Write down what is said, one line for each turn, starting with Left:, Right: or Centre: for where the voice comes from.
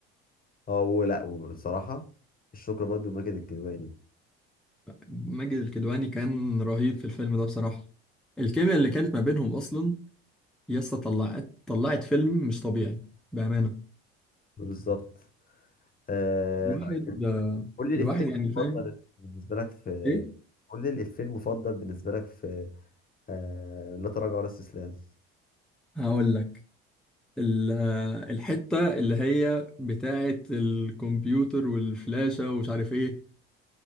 Left: اه ولا وبصراحه الشكر برضو لماجد الكدواني
Centre: ماجد الكدواني كان رهيب في الفيلم ده بصراحة الكيمياء اللي كانت ما بينهم أصلا يا اسطى طلعت طلعت فيلم مش طبيعي بأمانة
Left: بالظبط آه
Centre: الواحد
Left: طيب قول لي الإفيه
Centre: الواحد يعني فاهم
Left: المفضل بالنسبة لك في
Centre: إيه؟
Left: قول لي الإفيه المفضل بالنسبة لك في آه لا تراجع ولا استسلام
Centre: هقول لك ال- الحتة اللي هي بتاعة الكمبيوتر والفلاشة ومش عارف ايه